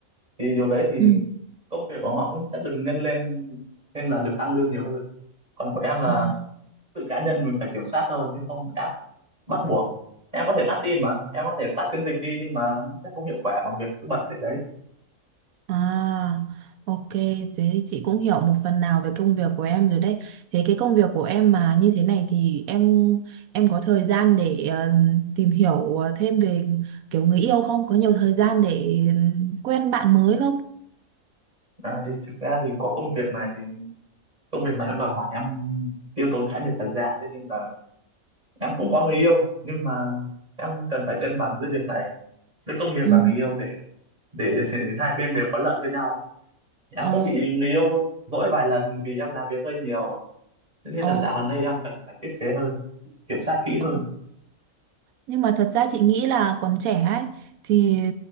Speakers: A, on the right (about 30°); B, on the right (about 85°).
A: thì điều đấy thì
B: Ừ.
A: công việc của họ cũng sẽ được nhân lên nên là được tăng lương nhiều hơn còn của em là
B: À,
A: tự cá nhân mình phải kiểm soát thôi chứ không áp bắt buộc em có thể tắt đi mà em có thể tắt chiến dịch đi nhưng mà nó sẽ không hiệu quả bằng việc cứ bật để đấy
B: à, ok, thế thì chị cũng hiểu một phần nào về công việc của em rồi đấy. Thế cái công việc của em mà như thế này thì em em có thời gian để ờ, tìm hiểu ờ, thêm về kiểu người yêu không? Có nhiều thời gian để ừ, quen bạn mới không?
A: à, thì thực ra thì có công việc này thì công việc này nó đòi hỏi em tiêu tốn khá nhiều thời gian thế nên là em cũng có người yêu nhưng mà em cần phải cân bằng giữa việc này giữa công việc
B: Ừ.
A: và người yêu để để <laughs> hai bên đều có lợi cho nhau em
B: Ờ,
A: cũng bị người yêu dỗi vài lần vì em làm việc hơi nhiều thế nên
B: ờ.
A: là dạo gần đây em cần phải tiết chế hơn kiểm soát kỹ hơn
B: ờ. Nhưng mà thật ra chị nghĩ là còn trẻ ấy thì ừ,